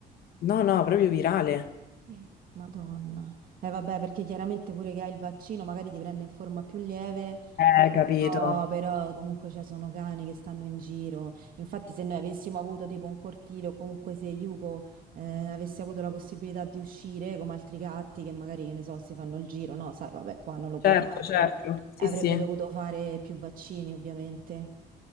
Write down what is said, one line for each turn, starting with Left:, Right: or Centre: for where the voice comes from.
Left: No, no, proprio virale.
Right: Eh. Madonna. Eh vabbè, perché chiaramente pure che hai il vaccino magari ti prende in forma più lieve,
Left: Eh,
Right: però,
Left: capito.
Right: però comunque ci sono cani che stanno in giro. Infatti se noi avessimo avuto tipo un cortile o comunque se Yuko eh, avesse avuto la possibilità di uscire come altri gatti che magari, che ne so, si fanno il giro, no, sai, vabbè, qua non lo puoi
Left: Certo,
Right: fare,
Left: certo.
Right: però
Left: Sì,
Right: avrebbe
Left: sì.
Right: dovuto fare più vaccini ovviamente.